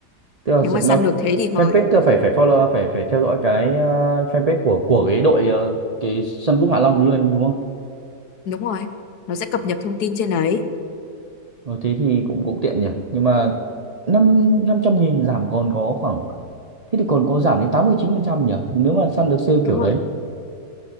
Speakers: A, on the right; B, on the left.
A: tức là
B: nếu
A: sự-
B: mà săn
A: nó
B: được thế thì hời
A: fanpage tức là phải phải follow phải phải theo dõi cái ờ, fanpage của của cái đội ờ, cái sân cúp Hạ Long luôn đúng không?
B: đúng rồi nó sẽ cập nhật thông tin trên đấy
A: Ờ, thế thì cũng cũng tiện nhỉ. Nhưng mà năm năm trăm nghìn giảm còn có khoảng thế thì còn có giảm đến tám mươi chín phần trăm nhỉ? Nếu mà săn được sale
B: đúng
A: kiểu đấy.
B: rồi